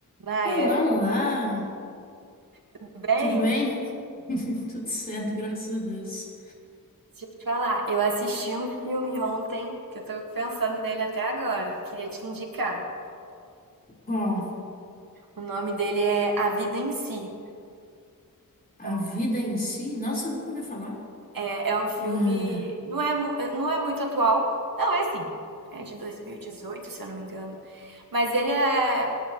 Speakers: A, on the right; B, on the left.
A: Maia,
B: Olá, olá!
A: tudo bem?
B: Tudo bem? <laughs> Tudo certo, graças a Deus.
A: Deixa eu te falar, eu assisti um filme ontem que eu tô pensando nele até agora. Queria te indicar.
B: Qual?
A: O nome dele é A Vida em Si.
B: A
A: É um
B: vida
A: filme.
B: em si? Nossa, eu nunca ouvi falar.
A: É, é um filme.
B: É.
A: Não é, mu- não é muito atual. Não, é assim. É de 2018, se eu não me engano. Mas ele é,